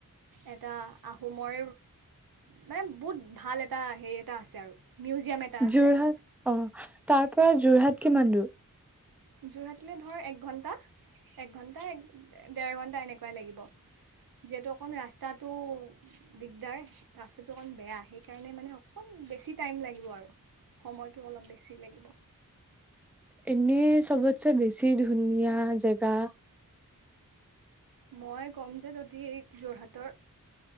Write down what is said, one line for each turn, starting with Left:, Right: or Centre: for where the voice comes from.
Right: এটা আহোমৰ মানে বহুত ভাল এটা এটা হে এটা আছে আৰু মিউজিয়াম এটা আছে।
Centre: যোৰহাট অ', তাৰ পৰা যোৰহাট কিমান দূৰ?
Right: যোৰহাটলৈ ধৰ এক ঘণ্টা, এক ঘণ্টা, ডেৰ ঘণ্টা এনেকুৱাই লাগিব। যিহেতু অকণ ৰাস্তাটো দিগদাৰ, ৰাস্তাটো অকণ বেয়া সেইকাৰণে মানে অকণ বেছি টাইম লাগিব আৰু সময়টো অলপ বেছি লাগিব
Centre: এনে চবতছে বেছি ধুনীয়া জেগা
Right: মই ক'ম যে তহঁতি যোৰহাটৰ